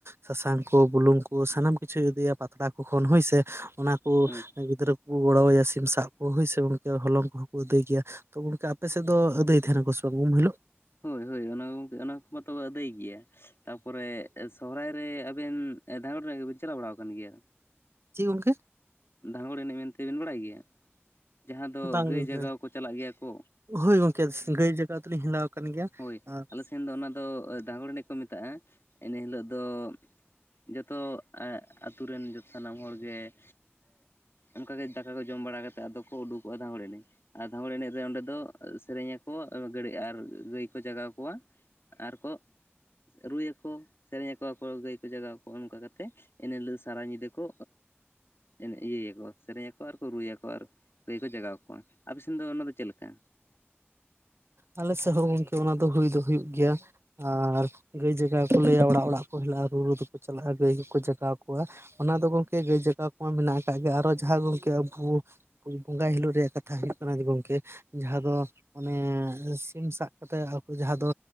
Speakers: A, on the right (about 70°); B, on the left (about 65°).
A: ᱥᱟᱥᱟᱝ ᱠᱚ ᱵᱩᱞᱩᱝ ᱠᱚ ᱥᱟᱱᱟᱢ ᱠᱤᱪᱷᱩᱭ ᱟᱹᱫᱟᱹᱭᱟ ᱯᱟᱛᱲᱟ ᱠᱚ ᱠᱷᱚᱱ ᱦᱳᱭᱥᱮ ᱚᱱᱟ ᱠᱚ
B: ᱦᱳᱭ
A: ᱜᱤᱫᱽᱨᱟᱹ ᱠᱚᱠᱚ ᱜᱚᱲᱚ ᱟᱭᱟ ᱥᱤᱢ ᱥᱟᱵ ᱠᱚ ᱦᱳᱭ ᱥᱮ ᱜᱚᱝᱠᱮ ᱦᱚᱞᱚᱝ ᱠᱚᱦᱚᱸ ᱠᱚ ᱟᱹᱫᱟᱹᱭ ᱜᱮᱭᱟ᱾ ᱛᱚ ᱜᱚᱝᱠᱮ ᱟᱯᱮ ᱥᱮᱫ ᱫᱚ ᱟᱹᱫᱟᱹᱭ ᱛᱟᱦᱮᱱᱟᱠᱚ ᱥᱮ ᱵᱟᱝ ᱩᱢ ᱦᱤᱞᱳᱜ?
B: ᱦᱳᱭ ᱦᱳᱭ ᱚᱱᱟ ᱜᱚᱝᱠᱮ ᱚᱱᱟ ᱠᱚ ᱢᱟᱛᱚ ᱟᱹᱫᱟᱹᱭ ᱜᱮᱭᱟ᱾ ᱛᱟᱯᱚᱨᱮ ᱥᱚᱦᱚᱨᱟᱭ ᱨᱮ ᱟᱵᱮᱱ ᱫᱷᱟᱣᱩᱲ ᱨᱟᱜᱤ ᱵᱮᱱ ᱪᱟᱞᱟᱣ ᱵᱟᱲᱟ ᱟᱠᱟᱱ ᱜᱮᱭᱟ?
A: ᱪᱤᱫ ᱜᱚᱝᱠᱮ?
B: ᱫᱷᱟᱸᱜᱚᱲ ᱮᱱᱮᱡ ᱢᱮᱱᱛᱮ ᱵᱮᱱ ᱵᱟᱲᱟᱭ ᱜᱮᱭᱟ ᱡᱟᱦᱟᱸ ᱫᱚ
A: ᱵᱟᱝ
B: ᱜᱟᱹᱭ
A: ᱜᱚᱝᱠᱮ
B: ᱡᱟᱜᱟᱣ ᱠᱚ ᱪᱟᱞᱟᱜ ᱜᱮᱭᱟ ᱠᱚ᱾
A: ᱦᱳᱭ ᱜᱚᱝᱠᱮ ᱜᱟᱹᱭ ᱡᱟᱜᱟᱣ ᱫᱚᱞᱤᱧ ᱦᱮᱞᱟᱣ ᱟᱠᱟᱱ ᱜᱮᱭᱟ
B: ᱦᱳᱭ
A: ᱟᱨ
B: ᱟᱞᱮ ᱥᱮᱱ ᱫᱚ ᱚᱱᱟ ᱫᱚ ᱫᱟᱸᱜᱚᱲ ᱮᱱᱮᱡ ᱠᱚ ᱢᱮᱛᱟᱜᱼᱟ ᱮᱱᱮ ᱦᱤᱞᱳᱜ ᱫᱚ ᱡᱚᱛᱚ ᱟᱛᱩ ᱨᱮᱱ ᱥᱟᱱᱟᱢ ᱦᱚᱲᱜᱮ᱾ ᱚᱱᱠᱟᱜᱮ ᱫᱟᱠᱟ ᱠᱚ ᱡᱚᱢ ᱵᱟᱲᱟ ᱠᱟᱛᱮᱫ ᱟᱫᱚ ᱠᱚ ᱩᱰᱩᱠᱚᱜᱼᱟ ᱫᱷᱟᱸᱜᱚᱲ ᱮᱱᱮᱡ᱾ ᱟᱨ ᱫᱷᱟᱸᱜᱚᱲ ᱮᱱᱮᱡ ᱨᱮ ᱚᱸᱰᱮ ᱫᱚ ᱥᱮᱨᱮᱧ ᱟᱠᱚ ᱜᱟᱹᱲ ᱟᱨ ᱜᱟᱹᱭ ᱠᱚ ᱡᱟᱜᱟᱣ ᱠᱚᱣᱟ᱾ ᱟᱨᱠᱚ ᱨᱩᱭᱟᱠᱚ ᱥᱮᱨᱮᱧ ᱟᱠᱚ ᱟᱠᱚ ᱜᱟᱹᱭ ᱠᱚ ᱡᱟᱜᱟᱣ ᱠᱚᱣᱟ ᱚᱱᱠᱟ ᱠᱟᱛᱮᱫ᱾ ᱮᱱᱦᱤᱞᱳᱜ ᱥᱟᱨᱟ ᱧᱤᱫᱟᱹ ᱠᱚ ᱤᱭᱟᱹᱭᱟᱠᱚ ᱥᱮᱨᱮᱧ ᱟᱠᱚ ᱟᱨᱠᱚ ᱨᱩᱭᱟᱠᱚ ᱟᱨ ᱜᱟᱹᱭ ᱠᱚ ᱡᱟᱜᱟᱣ ᱠᱚᱣᱟ ᱟᱯᱮ ᱥᱮᱱ ᱫᱚ ᱚᱱᱟᱫᱚ ᱪᱮᱫ ᱞᱮᱠᱟ?
A: ᱟᱞᱮ ᱥᱮᱫ ᱦᱚᱸ ᱜᱚᱝᱠᱮ ᱚᱱᱟ ᱫᱚ ᱦᱩᱭ ᱫᱚ ᱦᱩᱭᱩᱜ ᱜᱮᱭᱟ᱾ ᱟᱨ ᱜᱟᱹᱭ ᱡᱟᱜᱟᱣ ᱠᱚ ᱞᱟᱹᱭᱟ ᱚᱲᱟᱜ ᱚᱲᱟᱜ ᱠᱚ ᱦᱮᱞᱟᱜᱼᱟ ᱨᱩ ᱨᱩ ᱛᱮᱠᱚ ᱪᱟᱞᱟᱜᱼᱟ ᱜᱟᱹᱭ ᱠᱚᱠᱚ ᱡᱟᱜᱟᱣ ᱠᱚᱣᱟ᱾ ᱚᱱᱟ ᱫᱚ ᱜᱚᱢᱠᱮ ᱜᱟᱹᱭ ᱡᱟᱜᱟᱣ ᱠᱚᱢᱟ ᱢᱮᱱᱟᱜ ᱟᱠᱟᱫ ᱜᱮᱭᱟ ᱟᱨᱚ ᱡᱟᱦᱟᱸ ᱫᱚ ᱜᱚᱝᱠᱮ ᱟᱵᱚ ᱵᱚᱸᱜᱟᱭ ᱦᱤᱞᱳᱜ ᱨᱮᱭᱟᱜ ᱠᱟᱛᱷᱟ ᱦᱩᱭᱩᱜ ᱠᱟᱱᱟ ᱡᱮ ᱜᱚᱝᱠᱮ ᱡᱟᱦᱟᱸ ᱫᱚ ᱚᱱᱮ ᱥᱤᱢ ᱥᱟᱵᱽ ᱠᱟᱛᱮᱜ ᱟᱠᱚ ᱡᱟᱦᱟᱸ ᱫᱚ